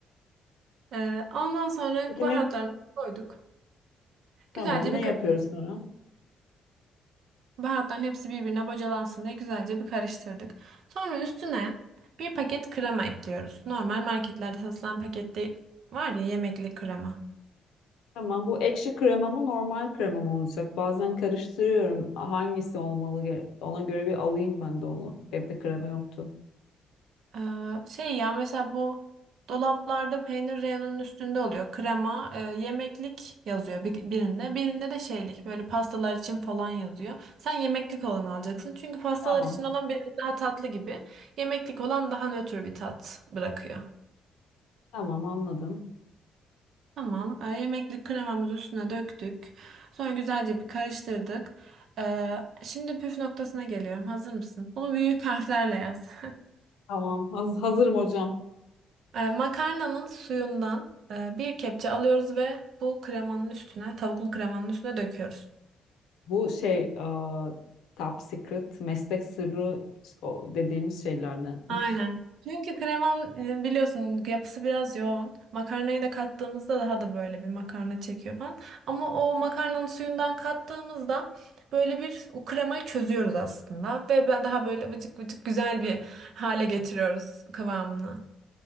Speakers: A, on the right; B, on the left.
A: Ee, ondan sonra
B: Peki
A: baharatlarını
B: ne?
A: koyduk.
B: Tamam.
A: Güzelce
B: Ne
A: bir
B: yapıyoruz
A: karış-
B: sonra?
A: baharatların hepsi birbirine bocalansın diye güzelce bir karıştırdık. Sonra üstüne bir paket krema ekliyoruz. Normal marketlerde satılan pakette var ya yemekli krema.
B: Tamam bu ekşi krema mı normal krema mı olacak? Bazen karıştırıyorum hangisi olmalı ge- ona göre bir alayım ben de onu. Evde krema yoktu.
A: Ee, şey ya mesela bu dolaplarda peynir reyonunun üstünde oluyor. Krema, e, yemeklik yazıyor bir- birinde. Birinde de şeylik böyle pastalar için falan yazıyor. Sen yemeklik olanı alacaksın. Çünkü pastalar
B: Tamam
A: için olan biraz daha tatlı gibi. Yemeklik olan daha nötr bir tat bırakıyor.
B: tamam anladım.
A: Tamam. E, yemeklik kremamızı üstüne döktük. Sonra güzelce bir karıştırdık. Ee, şimdi püf noktasına geliyorum. Hazır mısın? Bunu büyük harflerle yaz. <laughs>
B: Tamam haz- hazırım hocam.
A: E, makarnanın suyundan e, bir kepçe alıyoruz ve bu kremanın üstüne, tavuklu kremanın üstüne döküyoruz.
B: Bu şey aa, top secret meslek sırrı o dediğimiz şeylerden. <laughs>
A: Aynen. Çünkü kremanın e, biliyorsun yapısı biraz yoğun. Makarnayı da kattığımızda daha da böyle bir makarna çekiyor falan. Ama o makarnanın suyundan kattığımızda böyle bir o kremayı çözüyoruz aslında. Ve be- daha böyle vıcık vıcık güzel bir hale getiriyoruz kıvamını.